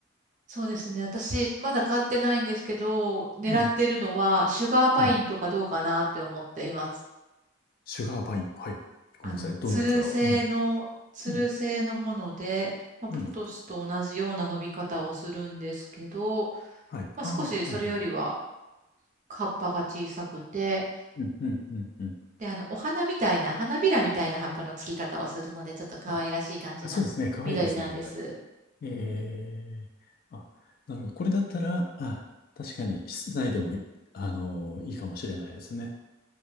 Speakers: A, on the right; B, on the left.
A: そうですね。私、まだ買ってないんですけど、狙ってるのは、
B: うん。
A: シュガーパインとかどうかなって思っています。
B: はいシュガーパイン。はい。ごめんなさい。
A: あの、
B: どんなやつだろう。
A: つる製の、
B: うん。
A: つる製のもので、
B: うん。
A: まあ、ポトスと同じような伸び方をするんですけど、
B: うん。はい。
A: まあ、
B: ああ、
A: 少しそれよりは
B: はいはいはい。
A: 葉っぱが小さくて、
B: うん、うん、うん、うん。
A: で、あの、お花みたいな、花びらみたいな葉っぱのつき方をするので、ちょっと可愛らしい感じな緑なんです。
B: あ、あそうですね。かわいいですね、これ。ええあ、なるほど。これだったら、あ、確かに室内でもい、あのーいいかもしれないですね。